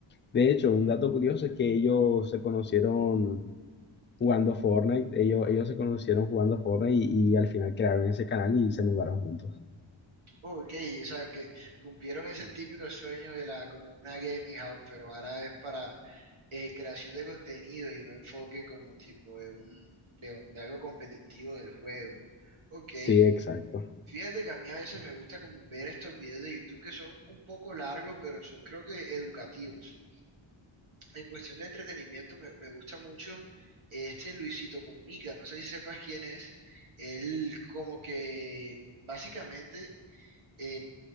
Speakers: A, on the left; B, on the right.
A: De hecho, un dato curioso es que ellos se conocieron jugando Fortnite. Ellos, ellos se conocieron jugando Fortnite y, y al final crearon ese canal y se mudaron juntos.
B: Ok, o sea, que cumplieron ese típico sueño de la como una gaming house, pero ahora es para eh, creación de contenido y no enfoque como tipo de un, de un- de algo competitivo del juego. Ok,
A: Sí, exacto.
B: Fíjate que a mí a veces me gusta como ver estos videos de YouTube que son un poco largos, pero son creo que educativos. En cuestión de entretenimiento me, me gusta mucho este Luisito Comunica. No sé si sepas quién es. Él como que básicamente eh,